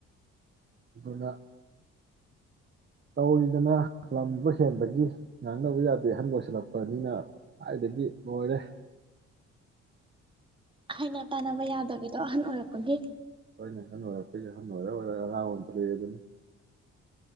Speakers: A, on the right (about 35°); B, on the right (about 15°).
A: ꯑꯗꯨꯅ ꯇꯧꯔꯤꯗꯅ ꯂꯝꯕ ꯍꯦꯟꯕꯒꯤ ꯉꯥꯡꯅꯕ ꯌꯥꯗꯦ ꯑꯍꯟ ꯂꯣꯏꯁꯤꯜꯂꯛꯄꯅꯤꯅ ꯀꯥꯏꯗꯒꯤ ꯂꯣꯏꯔꯦ
B: ꯍꯥꯏꯅ ꯇꯥꯟꯅꯕ ꯌꯥꯗꯕꯤꯗꯣ ꯑꯍꯟ ꯑꯣꯏꯔꯛꯄꯒꯤ
A: ꯍꯣꯏꯅꯦ ꯑꯍꯟ ꯑꯣꯏꯔꯛꯄꯒꯤ ꯑꯍꯟ ꯑꯣꯏꯔ ꯑꯣꯏꯔꯒ ꯑꯉꯥꯡ ꯑꯣꯟꯊꯣꯔꯛꯑꯦꯗꯨꯅꯤ